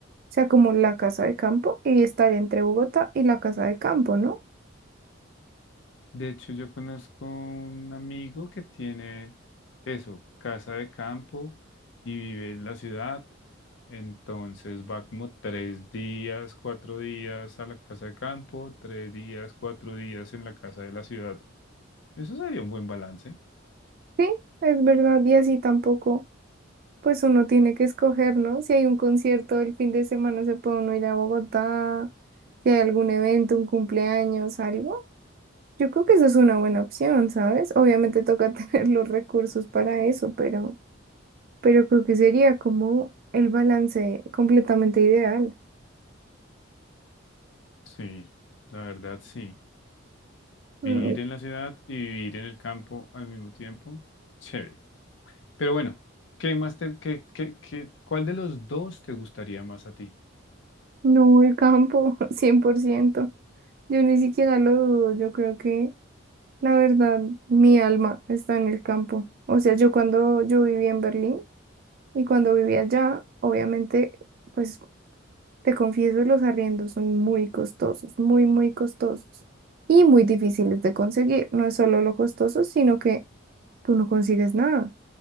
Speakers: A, on the right; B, on the left.
A: sea, como la casa de campo y estar entre Bogotá y la casa de campo, ¿no?
B: De hecho, yo conozco un amigo que tiene eso, casa de campo y vive en la ciudad. Entonces va como tres días, cuatro días a la casa de campo, tres días, cuatro días en la casa de la ciudad. Eso sería un buen balance.
A: Sí, es verdad, y así tampoco. Pues uno tiene que escoger, ¿no? Si hay un concierto el fin de semana, se puede uno ir a Bogotá, si hay algún evento, un cumpleaños, algo. Yo creo que eso es una buena opción, ¿sabes? Obviamente toca <laughs> tener los recursos para eso, pero, pero creo que sería como el balance completamente ideal.
B: Sí, la verdad sí.
A: Mm,
B: Vivir en la ciudad y vivir en el campo al mismo tiempo, chévere. Pero bueno, ¿qué más te, qué, qué, qué- cuál de los dos te gustaría más a ti?
A: No, el campo, <laughs> 100%. Yo ni siquiera lo dudo, yo creo que la verdad, mi alma está en el campo. O sea, yo cuando yo viví en Berlín, Y cuando vivía allá, obviamente, pues te confieso, los arriendos son muy costosos, muy, muy costosos y muy difíciles de conseguir. No es solo lo costoso, sino que tú no consigues nada.